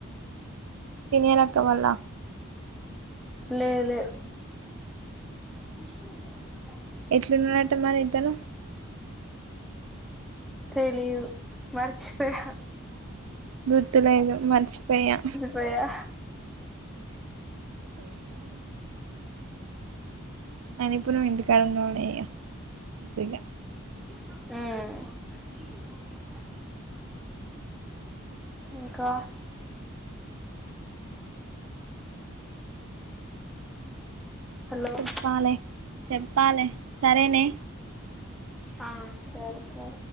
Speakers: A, on the right (about 80°); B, in the centre.
A: సినీయర్ అక్కవాళ్ళా.
B: లేదు లేదు. ఫ్రెష్గుంటయి నిమ్మకాయలకి
A: ఎట్లున్నడట మరి ఇతను.
B: తెలీదు, మరిచిపోయా.
A: గుర్తులేదు, మర్చిపోయా.
B: పోయా
A: ఏ అయినా ఇప్పుడు నువ్వు ఇంటికాడ ఉండుడేగా అద్దు ఇగ.
B: హ్ ఇంకా హలో
A: చెప్పాలే, చెప్పాలే, సరేనే.
B: ఆ సరే సరే.